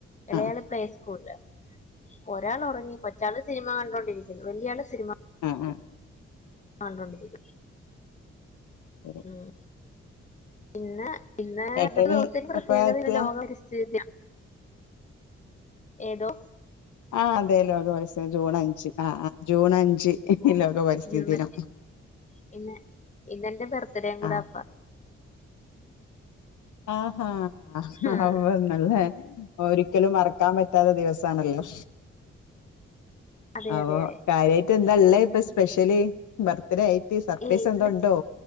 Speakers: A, on the left (about 25°); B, on the left (about 75°).
A: ഇളയാള്
B: ആഹ്
A: പ്ലേ സ്കൂള്ള് ഒരാള് ഉറങ്ങി കൊച്ചാള് സിനിമ കണ്ടോണ്ടിരിക്കുന്നു വല്ല്യ ആള് സിനിമ
B: അ ആ
A: കണ്ടോണ്ടിരിക്കും
B: ശരി
A: ഉം പിന്നെ പിന്നെ
B: ഏട്ടന്
A: ഇന്നത്തെ ദിവസത്തിന് പ്രത്യേകത
B: എപ്പഴാ എത്തുക
A: ഇന്ന് ലോക പരിസ്ഥിതി ദിനം ഏതോ
B: ആ അതെ ലോക പരിസ്ഥിതി ജൂൺ അഞ്ച് ആ ആ ജൂൺ അഞ്ച് ലോക പരിസ്ഥിതി
A: ജൂൺ
B: ദിനം
A: അഞ്ച് ഇന്ന് ഇന്നെന്റെ ബർത്ത്ഡേയും കൂടെഅപ്പാ.
B: ആ ആഹാ <unintelligible>
A: ആഹ്
B: ഒരിക്കലും മറക്കാൻ പറ്റാത്ത ദിവസാണല്ലോ.
A: അതെ
B: ആവൊ
A: അതെ
B: കാര്യായിട്ട് എന്താള്ളത്
A: ഉം
B: ഇപ്പൊ സ്പെഷ്യല്? ബർത്ത്ഡേ ആയി. ട്ട് സർപ്രൈസ്
A: ഏയ് ഇന്ന്
B: എന്തോ ഉണ്ടോ?